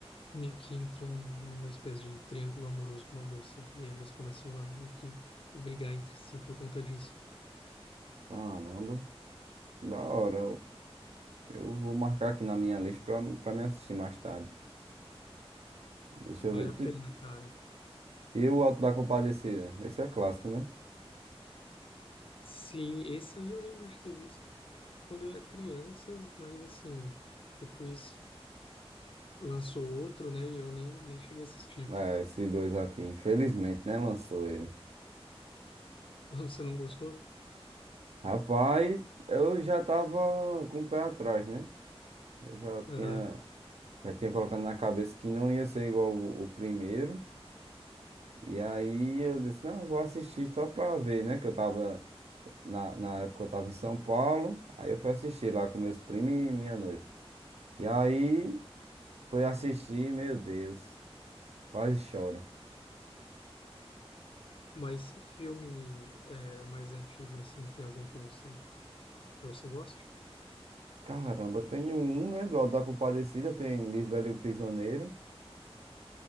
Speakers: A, on the left; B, on the right.
A: meio que entram numa espécie de triângulo amoroso com uma moça. E aí eles começam a meio que brigar entre si por conta disso.
B: Caramba, da hora. Eu vou marcar aqui na minha lista pra, pra me assistir mais tarde. Deixa
A: Vale
B: eu ver.
A: a
B: Tu-
A: pena, cara.
B: E o Alto da Compadecida? Esse é clássico, né?
A: Sim, esse aí eu lembro de ter visto quando eu era criança, mas assim, depois lançou outro, né? E eu nem, nem cheguei a assistir.
B: É, esses dois aqui. Infelizmente, né? Lançou ele.
A: <laughs> Você não gostou?
B: Rapaz, eu já tava com o pé atrás, né? Eu já
A: Aham.
B: tinha, já tinha colocado na cabeça que não ia ser igual o, o primeiro. E aí eu disse, não, eu vou assistir só pra ver, né? Que eu tava, na, na época eu tava em São Paulo. Aí eu fui assistir lá com meus primos e minha noiva. E aí... fui assistir, meu Deus. Quase choro.
A: Mas filme é, mais antigo, assim, tem algum que você, que você goste?
B: Caramba, tem um, né? Do Auto da Compadecida, tem Lisbela e o Prisioneiro.